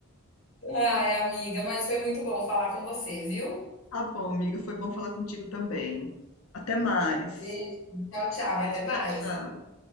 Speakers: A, on the left; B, on the left.
A: Ai, amiga, mas foi muito bom falar com você, viu?
B: Tá bom, amiga. Foi bom falar contigo também. Até mais.
A: Beijo. Tchau, tchau. Até
B: Beijo,
A: mais.
B: tchau, tchau.